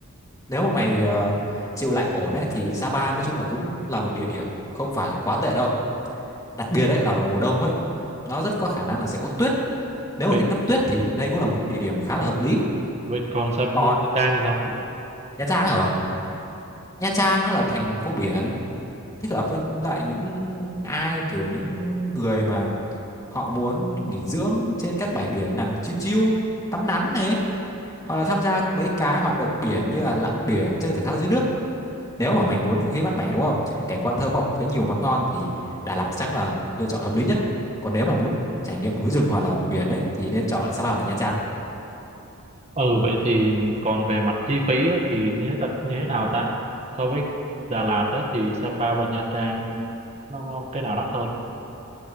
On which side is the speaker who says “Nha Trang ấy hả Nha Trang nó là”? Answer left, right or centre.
Left